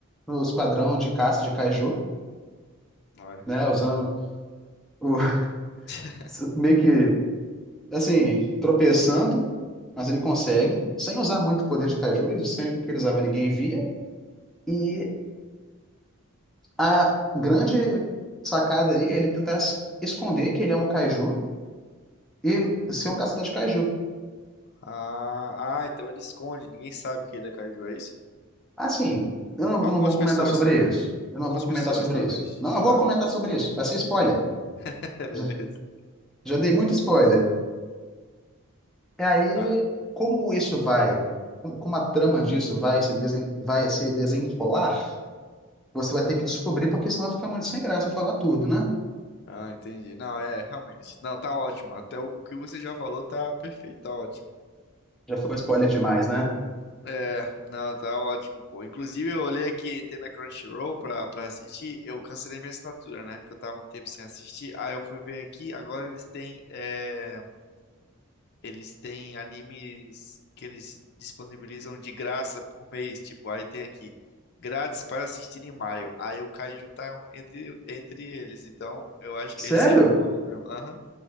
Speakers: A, in the centre; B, on the left.
A: no esquadrão de caça de Kaiju,
B: Ué.
A: né? Usando o,
B: <laughs>
A: <laughs> meio que assim, tropeçando mas ele consegue, sem usar muito o poder de Kaiju, sempre que ele usava ninguém via. E a grande sacada aí é ele tentar es- esconder que ele é um Kaiju e ser um caçador de Kaiju.
B: Ah, ah, então ele esconde, ninguém sabe que ele é kaiju, é isso?
A: Assim, eu não,
B: Algumas
A: eu não vou comentar
B: pessoas
A: sobre
B: só.
A: isso. Eu
B: Algumas
A: não vou comentar
B: pessoas,
A: sobre
B: talvez.
A: isso. Não, eu
B: Tá,
A: vou comentar sobre isso. Vai ser spoiler.
B: <laughs> beleza.
A: Já, já dei muito spoiler. E aí,
B: Ah,
A: como isso vai, como como a trama disso vai se, desen, vai se desenrolar, você vai ter que descobrir, porque senão vai ficar muito sem graça eu falar tudo, né?
B: ah, entendi. Não, é, realmente. Não, tá ótimo. Até o, o que você já falou tá perfeito, tá ótimo.
A: Já foi spoiler demais, né?
B: É, não, tá ótimo, pô. Inclusive, eu olhei aqui, tem na Crunchyroll pra, pra assistir. Eu cancelei minha assinatura, né? Porque eu tava um tempo sem assistir. Aí eu fui ver aqui, agora eles têm, é, eles têm animes que eles disponibilizam de graça por mês. Tipo, aí tem aqui, grátis para assistir em maio. Aí o Kaiju tá entre, entre eles. Então, eu acho que
A: Sério?
B: é isso que eu vou ver mesmo. Aham.